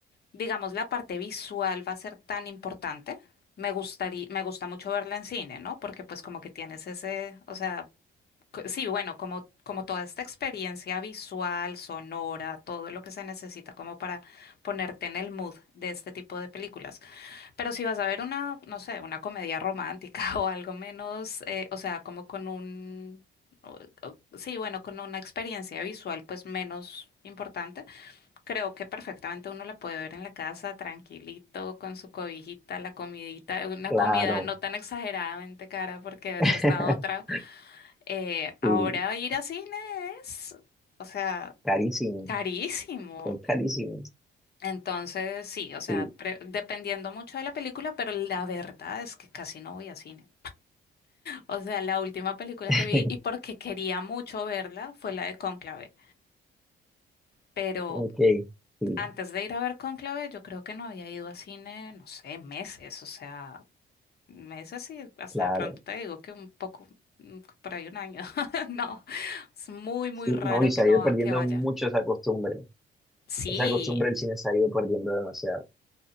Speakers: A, on the left (about 55°); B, in the centre.
A: digamos, la parte visual va a ser tan importante. Me gustaría, me gusta mucho verla en cine, ¿no? Porque pues como que tienes ese, o sea, co- sí, bueno, como, como toda esta experiencia visual, sonora, todo lo que se necesita como para ponerte en el mood de este tipo de películas. Pero si vas a ver una, no sé, una comedia romántica <laughs> o algo menos, eh, o sea, como con un, o- o- sí, bueno, con una experiencia visual pues menos importante, creo que perfectamente uno la puede ver en la casa tranquilito, con su cobijita, la comidita, una
B: Claro,
A: comida no tan exageradamente cara porque esa
B: <laughs>
A: es la otra. Eh, ahora
B: sí,
A: ir a cine es, o sea,
B: carísimo,
A: carísimo.
B: es carísimo.
A: Entonces, sí, o sea,
B: Sí,
A: pre- dependiendo mucho de la película, pero la verdad es que casi no voy a cine. O sea, la última película
B: <laughs>
A: que vi y porque quería mucho verla fue la de Cónclave. Pero
B: ok, sí,
A: antes de ir a ver Cónclave, yo creo que no había ido a cine, no sé, meses. O sea, meses y hasta
B: claro.
A: de pronto te digo que un poco, mm, por ahí un año. <laughs> No, es muy, muy
B: Sí,
A: raro
B: no, y se
A: que
B: ha
A: no
B: ido
A: va-
B: perdiendo
A: que vaya.
B: mucho esa costumbre.
A: Sí,
B: Esa costumbre del cine se ha ido perdiendo demasiado.